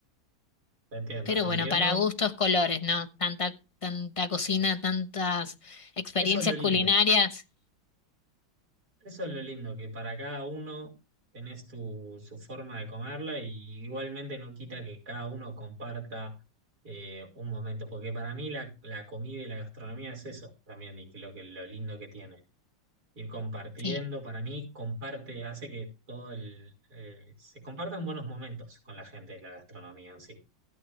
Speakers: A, on the right (about 50°); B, on the left (about 25°).
A: Te entiendo,
B: Pero
A: te
B: bueno,
A: entiendo.
B: para gustos, colores, ¿no? Tanta, tanta cocina, tantas experiencias
A: Eso es lo lindo,
B: culinarias.
A: eso es lo lindo, que para cada uno tenés tu, su forma de comerla y igualmente no quita que cada uno comparta eh, un momento, porque para mí la, la comida y la gastronomía es eso también, y que lo que, lo lindo que tiene. ir compartiendo.
B: Sí,
A: Para mí, comparte, hace que todo el, eh, se compartan buenos momentos con la gente de la gastronomía en sí.